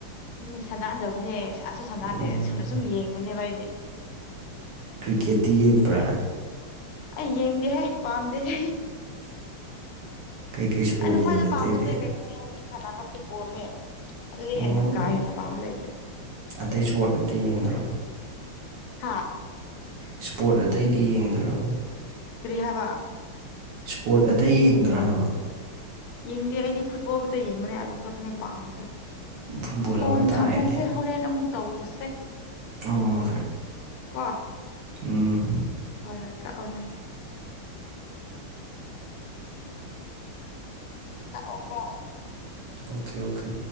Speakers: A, on the left; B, on the right.
A: ꯑꯗꯨꯅꯦ ꯁꯥꯟꯅꯗꯕꯅꯦ ꯁꯥꯁꯨ ꯁꯥꯟꯅꯗꯦ
B: ꯎꯝ
A: ꯁꯁꯨꯝꯅ ꯁꯨꯝ ꯌꯦꯡꯕꯅꯦꯕ ꯑꯩꯗꯤ
B: ꯀ꯭ꯔꯤꯀꯦꯠꯇꯤ ꯌꯦꯡꯕ꯭ꯔꯥ
A: ꯑꯩ ꯌꯦꯡꯒꯦꯍꯦ ꯄꯥꯝꯗꯦꯍꯦ
B: ꯀꯩꯀꯩ ꯏꯁꯄꯣꯔꯠ
A: ꯑꯩꯅ ꯈ꯭ꯋꯥꯏꯗ
B: ꯌꯦꯡꯉꯤ ꯑꯇꯩꯗꯤ
A: ꯄꯥꯝꯕꯁꯦ ꯀꯩꯅꯣꯅꯦ ꯍꯧꯖꯤꯛ ꯁꯥꯟꯅꯕ ꯐꯨꯠꯕꯣꯜꯅꯦ ꯑꯗꯨꯗꯒꯤ
B: ꯎꯝ
A: ꯍꯦꯅ ꯀꯥ ꯍꯦꯅ ꯄꯥꯝꯕꯂꯥꯏꯇ
B: ꯑꯇꯩ ꯏꯁꯄꯣꯔꯠ ꯑꯝꯇ ꯌꯦꯡꯗ꯭ꯔꯣ
A: ꯍꯥꯥ
B: ꯏꯁꯄꯣꯔꯠ ꯑꯇꯩꯗꯤ ꯌꯦꯡꯗ꯭ꯔꯕ
A: ꯔꯤꯍꯕ
B: ꯏꯁꯄꯣꯔꯠ ꯑꯇꯩ ꯌꯦꯡꯗ꯭ꯔꯥ ꯍꯥꯏꯕ
A: ꯌꯦꯡꯗꯦ ꯑꯩꯗꯤ ꯐꯨꯠꯕꯣꯜ ꯈꯛꯇ ꯌꯦꯡꯕꯅꯦ ꯑꯗꯨ ꯈꯛꯇꯅꯦ ꯄꯥꯝꯕꯗ
B: ꯐꯨꯠꯕꯣꯜ
A: ꯐꯣꯟ
B: ꯂꯚꯔ ꯇꯥꯔꯦꯅꯦ
A: ꯊꯝꯃꯁꯦ ꯍꯣꯔꯦꯟ ꯑꯃꯨꯛ ꯇꯧꯁꯦ
B: ꯑꯣ ꯍꯣꯏ
A: ꯀꯣ
B: ꯎꯝ
A: ꯍꯣꯏ ꯍꯣꯏ ꯀꯥꯛꯑꯣ ꯅꯪꯁꯨ ꯀꯥꯛꯑꯣꯀꯣ
B: ꯑꯣꯀꯦ ꯑꯣꯀꯦ